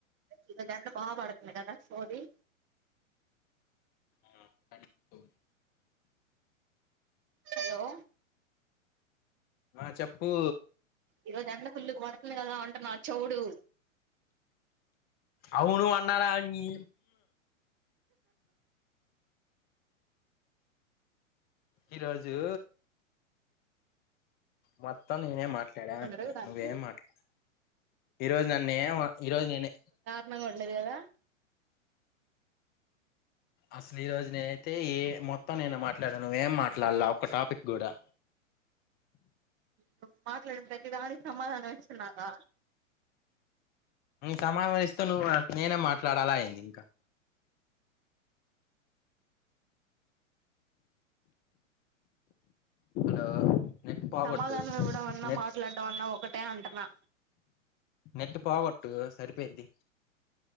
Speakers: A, on the right; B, on the left.
A: ఇంకో దానిట్లో బా పడుతుంది కదా సోది
B: ఆ కంటూ
A: హలో
B: ఆ చెప్పు
A: ఈరోజు ఎండ ఫుల్ పడుతుంది కదా అంటున్నాడు చెవుడు
B: అవును అన్నారా నీ ఈరోజు మొత్తం నిన్నే మాట్ల చెడ
A: అందరు కానీ
B: నువ్వేం మాట్లా ఈరోజు నన్నే ఈరోజు నేనే
A: గా ఉండేది కదా
B: అసలు ఈ రోజు నేనైతే ఏ మొత్తం నేను మాట్లాడాను నువ్వేం మాట్లాడలా ఒక టాపిక్ కూడా
A: నువ్వు మాట్లాడిన ప్రతి దానికి సమాధానం ఇస్తున్నగా
B: సమావేశస్త నువ్వు నేనే మాట్లాడాలా అయింది ఇంకా హలో నెట్ పోగొట్టు
A: సమాధానం ఇవ్వడం అన్నా
B: నెట్
A: మాట్లాడడం అన్నా ఒకటే అంటనా
B: నెట్ పోగొట్టు సరిపోయిది